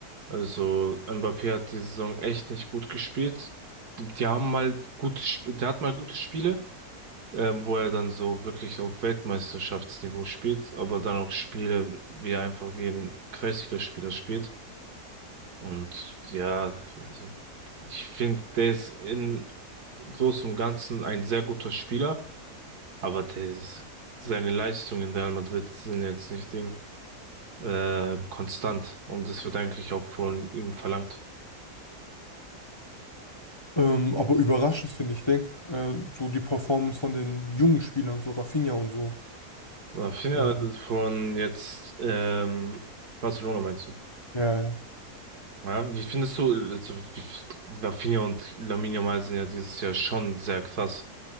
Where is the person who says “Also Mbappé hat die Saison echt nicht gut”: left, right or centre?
Right